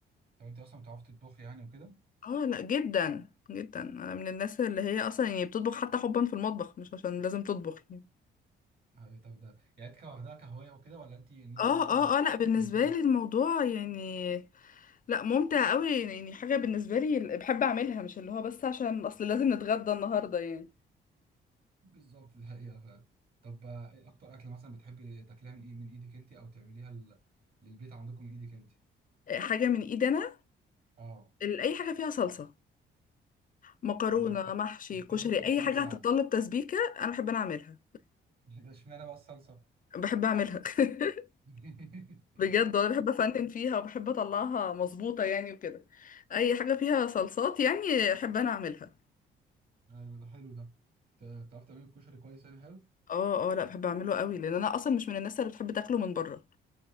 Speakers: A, on the right (about 50°); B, on the left (about 45°).
A: طب انت اصلا بتعرفي تطبخي يعني وكده
B: اه لا جدا جدا أنا من الناس اللي هي أصلا يعني بتطبخ حتى حبا في المطبخ مش عشان لازم تطبخ يعني.
A: ايوه طب ده يعني انت واخدها كهوايه وكده ولا انت ان
B: اه
A: انت مثلا
B: اه اه لا بالنسبة
A: مزاج؟
B: لي الموضوع يعني لا ممتع قوي يعني حاجة بالنسبة لي بحب أعملها مش اللي هو بس عشان أصل لازم نتغدى النهاردة يعني
A: بالظبط ده هي فعلا طب آه، ايه اكتر اكل مثلا بتحبي تاكليها من ايه من ايدك انت او تعمليها ل- للبيت عندكم من ايدك انت
B: آه، حاجة من ايدي انا
A: اه
B: ال- اي حاجه فيها صلصه مكرونه
A: انت بتحب
B: محشي
A: بتحب
B: كشري
A: انت الصلصه
B: اي حاجه هتتطلب تسبيكه انا بحب انا اعملها
A: يعني <laughs> ده اشمعنى بقى الصلصه
B: بحب اعملها <laughs>
A: <laughs>
B: بجد والله بحب افنن فيها وبحب اطلعها مظبوطه يعني وكده اي حاجه فيها صلصات يعني احب انا اعملها
A: ايوه ده حلو ده بتعرف تعمل الكشري كويس يعني حلو
B: اه اه لا بحب اعمله قوي لان انا اصلا مش من الناس اللي بتحب تاكله من بره